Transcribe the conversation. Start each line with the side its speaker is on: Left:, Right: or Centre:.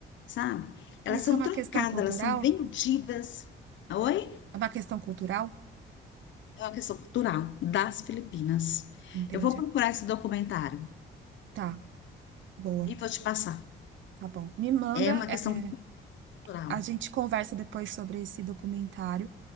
Left: sabe? Elas
Right: Isso
Left: são
Right: é uma
Left: trocadas,
Right: questão cultural?
Left: elas são vendidas. Oi?
Right: É uma questão cultural?
Left: É uma questão cultural das Filipinas.
Right: Entende?
Left: Eu vou procurar esse documentário
Right: Tá, boa,
Left: e vou te passar.
Right: tá bom. Me manda,
Left: É uma
Right: é,
Left: questão cultural.
Right: a gente conversa depois sobre esse documentário,